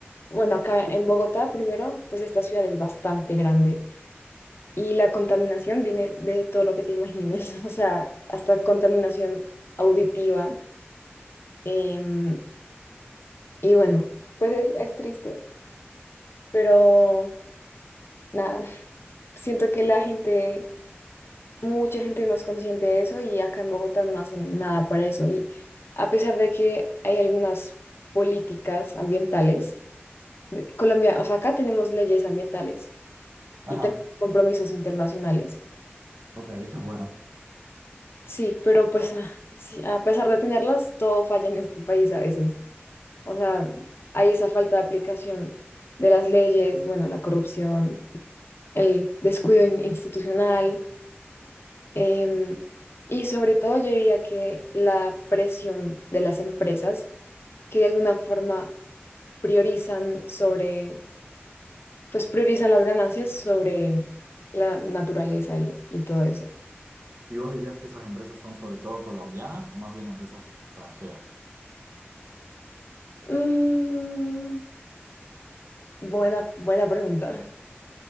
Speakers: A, on the left; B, on the right.
A: bueno, acá en Bogotá, primero, pues esta ciudad es bastante grande y la contaminación viene de todo lo que te imagines, <laughs> o sea, hasta contaminación auditiva. em, y bueno, pues es, es triste, pero nada, <laughs> siento que la gente, mucha gente no es consciente de eso y acá en Bogotá no hacen nada para eso. Y a pesar de que hay algunas políticas ambientales, Colombia, o sea, acá tenemos leyes ambientales
B: Ajá.
A: y tengo compromisos internacionales.
B: Ok, eso es bueno.
A: Sí, pero pues ah, sí, a pesar de tenerlas, todo falla en este país a veces. O sea, hay esa falta de aplicación de las leyes, bueno, la corrupción, el descuido in- institucional, em, y sobre todo yo diría que la presión de las empresas que de alguna forma priorizan sobre, pues priorizan las ganancias sobre la naturaleza y, y todo eso.
B: ¿Y vos dirías que esas empresas son sobre todo colombianas o más bien empresas extranjeras?
A: Mm, Buena, buena pregunta.